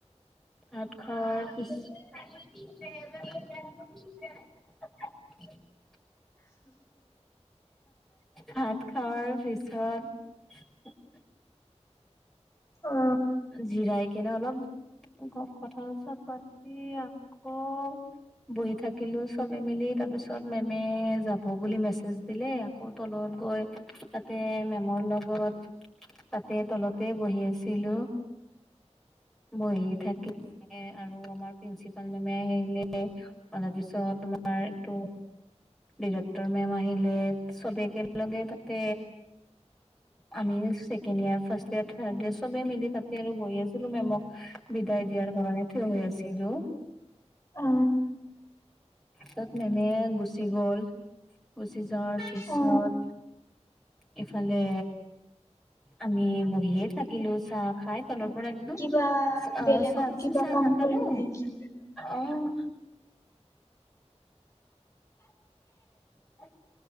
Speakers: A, in the centre; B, on the left.
A: ভাত খোৱাৰ <unintelligible> ভাত খোৱাৰ পিছত <inaudible>
B: অ
A: জৰাই কেনে অলপ কঠা চতা পাতি আকৌ বহি থাকিলো চবে মিলি, তাৰ পিছত মেমে যাব বুলি মেছেজ দিলে, আকৌ তলত গৈ তাতে মেমৰ লগত তাতে, তলতে বহি আছে তিলো বহি থাকি ম <unintelligible> আৰু আমাৰ প্ৰিন্ঞ্চিপাল মেমে আহিলে অলপ পিছত তোমাৰ এইটো ডিৰেক্টৰ মেম আহিলে, চবে একগে তাতে, আমি second year, first year, third year চবে মিলি পাতি আৰু বহি আছিলো মেমক বিদায় দিয়াৰ কাৰণে, থিয় হৈ আছিলো।
B: অ
A: তাত মেমে গুচি গল গুচি যোৱাৰ পিছত,
B: অ
A: ইফালে আমি বহিয়ে থাকো কিলো চাহ খাই তলৰ পৰা একদম
B: কিবা বেলেগত
A: চাহ দিছো
B: কিবা
A: চাহ
B: কাম
A: না খালো
B: কৰিব নেকি?
A: অ'। উ <inaudible>